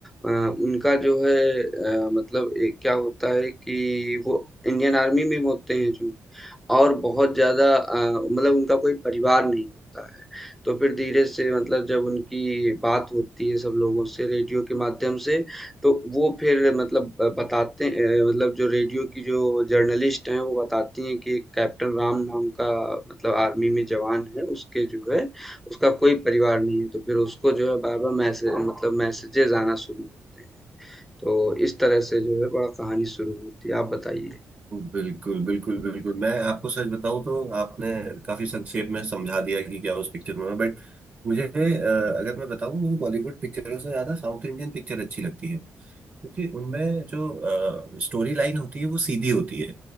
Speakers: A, in the centre; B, on the right.
A: अ, उनका जो है अ, मतलब एक क्या होता है कि वो इंडियन आर्मी में होते हैं जो और बहुत ज़्यादा अ, मतलब उनका कोई परिवार नहीं होता है। तो फिर धीरे से मतलब जब उनकी बात होती है सब लोगों से रेडियो के माध्यम से, तो वो फिर मतलब ब बताते अ, मतलब जो रेडियो की जो जर्नलिस्ट हैं, वो बताती हैं कि एक कैप्टन राम नाम का मतलब आर्मी में जवान है, उसके जो है उसका कोई परिवार नहीं है। तो फिर उसको जो है बार-बार मैसेज मतलब मैसेजेज़ आना शुरू होते हैं। तो इस तरह से जो है बड़ा कहानी शुरू होती है। आप बताइए?
B: बिल्कुल बिल्कुल बिल्कुल मैं आपको सच बताऊं तो आपने काफी संक्षेप में समझा दिया कि क्या उस पिक्चर में बट मुझे अ, अगर मैं बताऊं मुझे बॉलीवुड पिक्चरों से ज्यादा साउथ इंडियन पिक्चर अच्छी लगती है क्योंकि उनमें जो स्टोरी लाइन होती है वो सीधी होती है